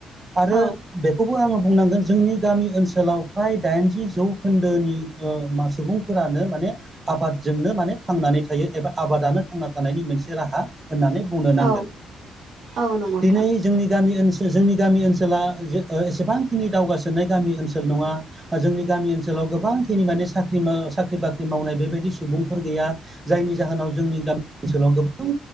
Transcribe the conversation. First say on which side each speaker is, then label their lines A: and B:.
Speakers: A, on the right; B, on the right.
A: आरो
B: औ
A: बेखौबो आङो बुंनांगोन जोंनि गामि ओनसोलाव फ्राय दाइनजि जौखोन्दोनि ओ मा सुबुंफोरानो माने आबादजोंनो माने थांनानै थायो एबा आबादानो थांना थानायनि मोनसे राहा होननानै बुंनो नांगोन।
B: औ औ नंगौ नोंथां
A: दिनै जोंनि गामि ओनसो जोंनि गामि ओनसोला जे ओ एसेबांखिनि दावगासोनाय गामि ओनसोल नङा। जोंनि गामि ओनसोलाव गोबांखिनि माने साख्रि मो साख्रि बाख्रि मावनाय बेबायदि सुबुंफोर गैया। जायनि जाहोनाव जोंनि गामि ओनसोलाव गोबां